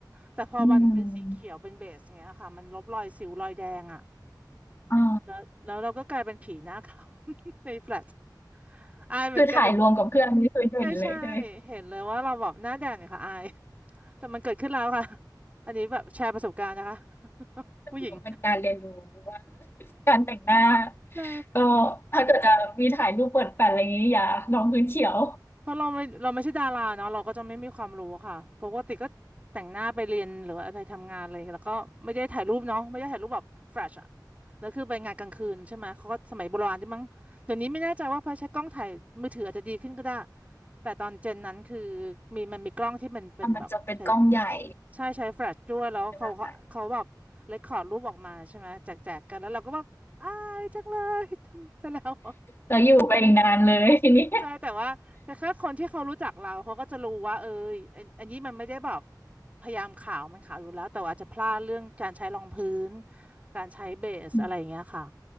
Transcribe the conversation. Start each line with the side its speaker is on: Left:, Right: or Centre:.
Right: แต่พอมันเป็นสีเขียวเป็นเบสอย่างเงี้ยค่ะมันลบรอยสิวรอยแดงอะ
Left: อืมอ่า
Right: แล้วแล้วเราก็กลายเป็นผีหน้าขาว <laughs> ในแฟลชอายเหมือนกันแต่
Left: คือถ่ายรวมกับเพื่อนนี่คือเห็นเลยใช่ไหม
Right: ใช่ใช่เห็นเลยว่าเราแบบหน้าแดงเนี่ยค่ะอาย แต่มันเกิดขึ้นแล้วค่ะ อันนี้แบบแชร์ประสบการณ์นะคะ <laughs>
Left: ก็ถือว่าเป็นการเรียนรู้ว่า
Right: ผู้หญิงเออ
Left: การแต่งหน้า
Right: ใช่
Left: ก็ถ้าเกิดจะมีถ่ายรูปเปิดแฟลชอะไรอย่างงี้อย่าลงพื้นเขียว
Right: เพราะเราไม่เราไม่ใช่ดาราเนาะเราก็จะไม่มีความรู้ค่ะปกติก็แต่งหน้าไปเรียนหรือว่าไปทำงานเลยแล้วก็ไม่ได้ถ่ายรูปเนาะไม่ได้ถ่ายรูปแบบแฟลชอะแล้วคือไปงานกลางคืนใช่ไหมเขาก็สมัยโบราณใช่มั้งเดี๋ยวนี้ไม่แน่ใจว่าพอใช้กล้องถ่ายมือถืออาจจะดีขึ้นก็ได้แต่ตอนเจนนั้นคือมีมันมีกล้องที่มันเป็นแบบใช้
Left: อ่ะมันจะเป็นกล้องใหญ่
Right: ใช่ใช้แฟลชด้วยแล้วเขาเขาเขาแบบเรคคอร์ดรูปออกมาใช่ไหมแจกแจกกันแล้วเราก็แบบอายจังเลยทำไปแล้ว
Left: ใช่ไหมคะแล้วอยู่ไปอีกนานเลยทีนี้
Right: ใช่แต่ว่าแต่แค่คนที่เขารู้จักเราเขาก็จะรู้ว่าเอออันอันนี้มันไม่ได้แบบพยายามขาวมันขาวอยู่แล้วแต่ว่าอาจจะพลาดเรื่องการใช้รองพื้นการใช้เบสอะไรอย่างเงี้ยค่ะ
Left: อืม